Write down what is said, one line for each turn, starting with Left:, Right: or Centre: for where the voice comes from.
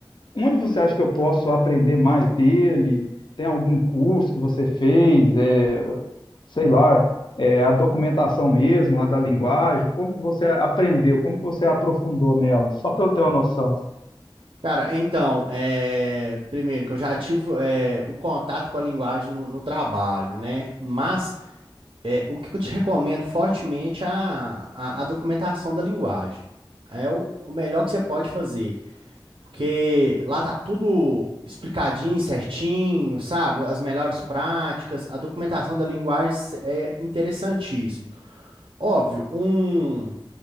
Left: onde você acha que eu posso aprender mais dele? Tem algum curso que você fez? É, sei lá, é, a documentação mesmo lá da
Right: Uhum.
Left: linguagem? Como que você aprendeu? Como que você aprofundou nela? Só para eu ter uma noção.
Right: Cara, então, é, primeiro que eu já tive é, o contato com a linguagem no, no trabalho, né? Mas O que que eu te recomendo fortemente é a, a, a documentação da linguagem. É o, o melhor que você pode fazer. Porque lá tá tudo explicadinho, certinho, sabe? As melhores práticas, a documentação da linguagem é interessantíssimo. Óbvio, um,